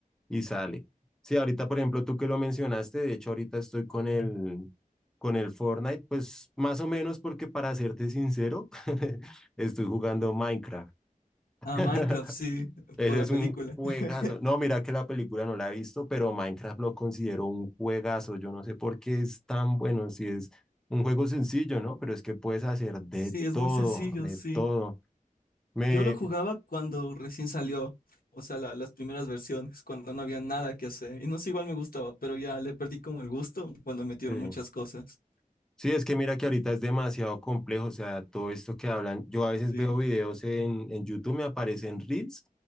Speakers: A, in the centre; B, on the left (about 90°).
A: y sale. Sí, ahorita por ejemplo tú que lo mencionaste, de hecho ahorita estoy con el, con el Fortnite, pues más o menos porque para serte sincero, <laughs> estoy jugando Minecraft. <laughs>
B: Ah, Minecraft, sí,
A: Ese
B: por la
A: es
B: película.
A: un juegazo.
B: <laughs>
A: No, mira que la película no la he visto, pero Minecraft lo considero un juegazo. Yo no sé por qué es tan bueno, si es un juego sencillo, ¿no? Pero es que puedes hacer de
B: Sí, es
A: todo,
B: muy sencillo,
A: de
B: sí.
A: todo. Me,
B: Yo lo jugaba cuando recién salió, o sea, la- las primeras versiones, cuando no había nada que hacer. Y no sé, igual me gustaba, pero ya le perdí como el gusto cuando metieron
A: sí.
B: muchas cosas.
A: Sí, es que mira que ahorita es demasiado complejo, o sea, todo esto que hablan, yo a veces
B: Sí,
A: veo videos en, en YouTube, me aparecen reels